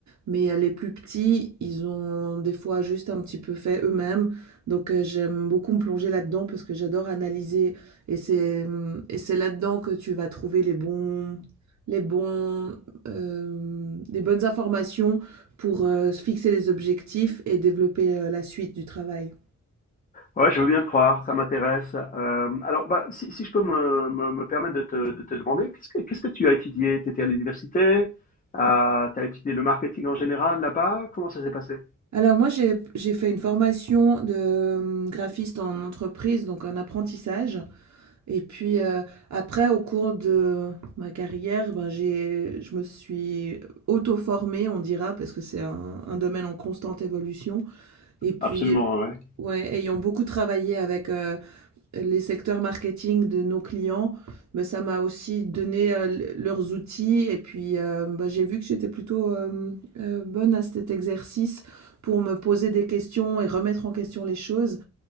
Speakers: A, on the right; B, on the left.
A: Mais euh, les plus petits, ils ont des fois juste un petit peu fait eux-mêmes. Donc euh, j'aime beaucoup me plonger là-dedans parce que j'adore analyser. Et c'est hum, et c'est là-dedans que tu vas trouver les bons les bons euh, les bonnes informations pour euh, se fixer les objectifs et développer euh, la suite du travail.
B: Ouais, je veux bien le croire, ça m'intéresse. Euh, alors, bah, si, si je peux me, me, me permettre de te, de te demander, qu'est-ce que, qu'est-ce que tu as étudié? Tu étais à l'université? Euh, tu as étudié le marketing en général là-bas? Comment ça s'est passé?
A: Alors moi j'ai j'ai fait une formation de hum, graphiste en entreprise, donc un apprentissage. Et puis heu, après au cours de ma carrière, ben, j'ai je me suis auto-formée on dira parce que c'est un un domaine en constante évolution et puis
B: Absolument, ouais.
A: ouais, ayant beaucoup travaillé avec, heu, les secteurs marketing de nos clients, ben ça m'a aussi donné, heu, l leurs outils et puis, heu, bah, j'ai vu que j'étais plutôt, hem, heu, bonne à cet exercice pour me poser des questions et remettre en question les choses,